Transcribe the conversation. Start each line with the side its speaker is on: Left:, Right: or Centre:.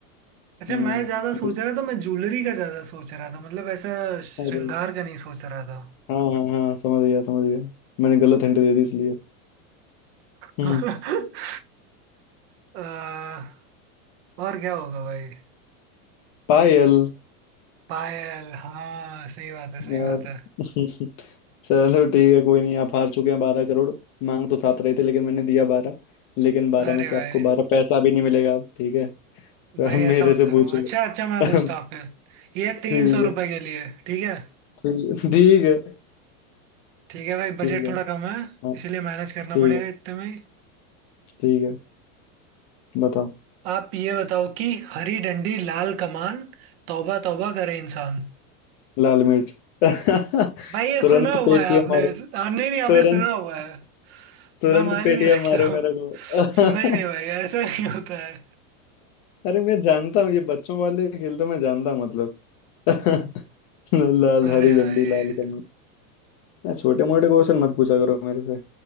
Right: अच्छा
Left: हम्म
Right: मैं ज्यादा सोच
Left: दो-
Right: रहा था मैं ज्वेलरी का ज्यादा सोच रहा था मतलब ऐसा श्रृंगार
Left: अरे
Right: का नहीं सोच रहा था
Left: हाँ हाँ हाँ समझ गया समझ गया मैंने गलत हिंट दे दी इसलिए हम्म
Right: <laughs> अह, और क्या होगा भाई
Left: पायल
Right: पायल हाँ सही बात है सही
Left: यार
Right: बात है
Left: <laughs> चलो ठीक है कोई नहीं आप हार चुके हैं बारह करोड़ मांग तो सात रहे थे लेकिन मैंने दिया बारह लेकिन बारह
Right: अरे
Left: में से
Right: भाई
Left: आपको बारह पैसा भी नहीं मिलेगा अब ठीक है तो
Right: भाई
Left: अब मेरे
Right: ऐसा मत
Left: से
Right: करो
Left: पूछो
Right: अच्छा अच्छा मैं
Left: <laughs>
Right: पूछता हूँ आपके ये
Left: ठीक
Right: तीन सौ रुपए
Left: है
Right: के लिए ठीक है
Left: ठीक ठीक है
Right: ठीक है भाई
Left: ठीक
Right: बजट
Left: है
Right: थोड़ा कम है
Left: हाँ
Right: इसीलिए मैनेज करना
Left: ठीक
Right: पड़ेगा
Left: है
Right: इतने में ही।
Left: ठीक है बताओ
Right: आप ये बताओ कि हरी डंडी लाल कमान तौबा तौबा करे इंसान
Left: लाल मिर्च <laughs>
Right: भाई ये
Left: तुरंत
Right: सुना हुआ
Left: पेटियां
Right: है आपने
Left: मारो
Right: आ, नहीं नहीं आपने
Left: तुरंत
Right: सुना हुआ है
Left: तुरंत
Right: मैं मान
Left: पेटियां
Right: ही नहीं सकता
Left: मारो
Right: हूँ
Left: मेरे को
Right: <laughs>
Left: <laughs>
Right: नहीं नहीं भाई ऐसा नहीं होता है
Left: अरे मैं जानता हूँ ये बच्चों वाले खेल तो मैं जानता हूँ मतलब <laughs> लाल
Right: अरे
Left: हरी झंडी
Right: भाई
Left: लाल कमल छोटे मोटे क्वेश्चन मत पूछा करो मेरे से